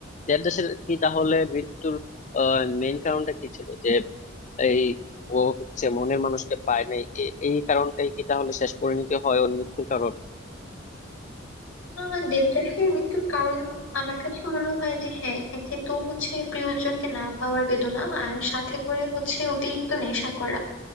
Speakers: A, on the left; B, on the left.
A: দেবদাসের কি তাহলে মৃত্যুর মেইন কারণটা কি ছিল যে এই ও হচ্ছে মনের মানুষকে পায় নাই এ- এই কারণটাই কি তাহলে শেষ পরিণতি হয় ওর মৃত্যুর কারণ
B: আহ দেবদাসের মৃত্যুর কারণ আমার কাছে মনে হয় যে হ্যাঁ একে তো হচ্ছে প্রিয়জনকে না পাওয়ার বেদনা আর সাথে করে হচ্ছে অতিরিক্ত নেশা করা